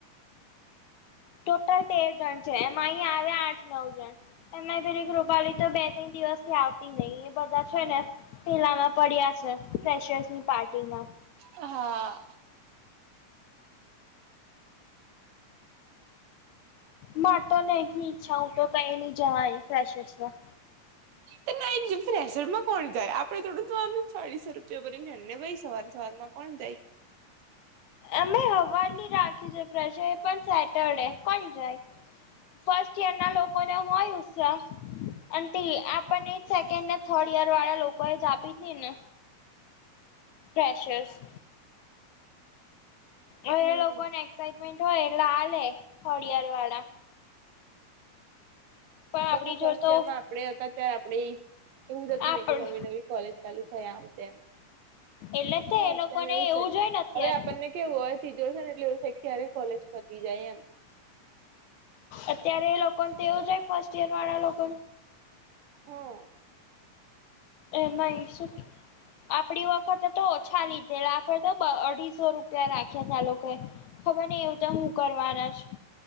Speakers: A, on the left (about 75°); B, on the right (about 85°).
A: ટોટલ તેર જણ છે એમાં અહીં આવે આઠ નવ જણ એમાં પેરી કુપાડી તો બે ત દિવસ થી આવતી નહી એ બધા છે ને પેલામાં પડ્યા છે ફેશસની પાર્ટીમાં
B: હા
A: મા તો નહી ઈચ્છા હું તો કઈ નહી જવાની ફેશસ માં
B: <unintelligible> ના માં કોણ જાય આપે થોડું જવાનું ચાળીસો રૂપિયા ભર જને ભાઈ સવાર સવારમાં કોણ જાય
A: અમે હવાની રાખી છે પ્રજ એ પણ સેટરડે કોણ જાય ફર્સ્ટ યર ના લોકોને હોય ઉત્સાહ અને તે આપણને એ જ સેકન્ડ ને થર્ડ યર વાળા લોકોએ જ આપી ને ફ્રેેશસ હ
B: હમ
A: એ લોકોને એક્સાાઈટમેન્ટ હોય એટલે આ લે થોડ યર વાળા પણ
B: બકા
A: આપડી
B: ફર્સ્ટ
A: જો તો
B: યર માં આપડે હતા ત્યારે આપણેે એવું જ થતું
A: આપડ
B: નને કે નવી નવી કોલેજ ચાલુ થાય આમ તેમ
A: એટલે તે
B: બ
A: એ લોકોને
B: તેમ એવું છે
A: જોય ને અત્યાર
B: હવે આપણને કેવું હોય સીધો હશે એટલે ક્યારે કોલેજ પતી જાય એમ
A: અત્યારે એ લોકોને તો એવું જ હોય ફર્સ્ટ ઈયર વાળા લોકોને
B: હો
A: એમાં શીખી આપણી વખતે તો ઓછા લીધેલા આપે તો બ અઢીસો રૂપિયા રાખ્યા તા લોકો ખબર ને એવું તો હું કરવાના જ